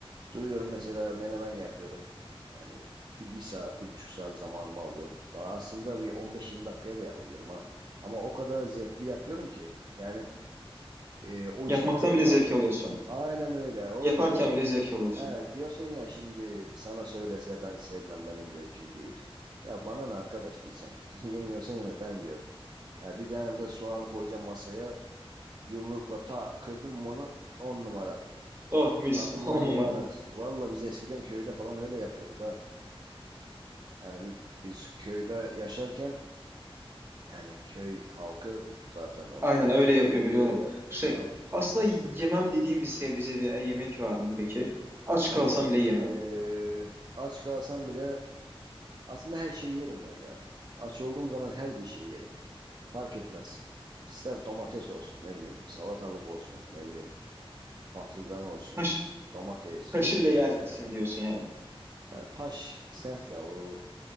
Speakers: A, on the right; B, on the right.
A: Duruyorum mesela menemen yapıyorum. Yani bir, bir saat, bir buçuk saat zamanımı alıyor. Daha aslında bir 15-20 dakikaya da yapabilirim ha. Ama o kadar zevkli yapıyorum ki. Yani e, o
B: Yapmaktan
A: işten zevk
B: bile zevk
A: alıyorum.
B: alıyorsun.
A: Aynen öyle. O
B: Yaparken
A: yüzden
B: bile zevk alıyorsun.
A: he, diyorsun ya şimdi sana söylese ben sevmem benim zevkim değil. Ya bana ne arkadaş diyeceğim. <laughs> Yemiyorsan yeme ben yiyorum. Ya bir tane de soğanı koyacağım masaya. Yumrukla tak kırdım mı onu on numara.
B: Oh mis.
A: Tadından
B: <laughs> On
A: yenmez.
B: numara.
A: Valla biz eskiden köyde falan öyle yapıyorduk ha. Yani bi- biz köyde yaşarken yani köy halkı zaten onların
B: Aynen öyle yapıyor
A: kültürü
B: biliyorum.
A: öyle.
B: Şey,
A: Ha,
B: asla yemem dediğim bir sebze veya yemek var mı peki? Aç
A: Vallahi
B: kalsam bile yemem.
A: eee, aç kalsam bile aslında her şeyi yerim ben ya. Aç olduğum zaman her bir şeyi yerim. Fark etmez. İster domates olsun ne bileyim salatalık olsun ne bileyim patlıcan olsun
B: Taş,
A: domates
B: taşı
A: hepsi
B: bile yersin
A: yani.
B: diyorsun yani.
A: Ya taş sert ya o